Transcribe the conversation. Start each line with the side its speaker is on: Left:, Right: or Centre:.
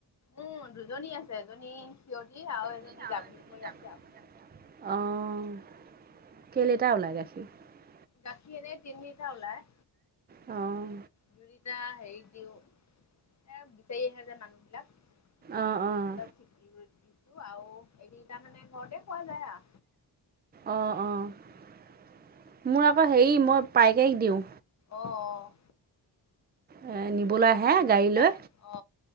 Left: উম দুজনী আছে এজনী সিৰতি আৰু এজনী
Right: আৰু
Left: গাভিনী
Right: এজনী
Left: পৰি আছে আৰু
Right: <inaudible> অঁহ কেই লিটাৰ ওলাই গাখীৰ?
Left: গাখীৰ এনেই তিন লিটাৰ ওলাই।
Right: অঁহ।
Left: দুই লিটাৰ হেৰিত দিওঁ এ বিচাৰি আহে যে মানুহ সিহঁতৰ
Right: অঁ অঁ
Left: কি বি দিছো আৰু এক লিটাৰ মানে ঘৰতে খোৱা যায় আও।
Right: অঁ অঁ মোৰ আকৌ হেৰি মই পাইকাৰিক দিওঁ।
Left: অঁ অ।
Right: এ নিবলৈ আহে
Left: নিবলৈ
Right: গাড়ীলৈ,
Left: আহে অ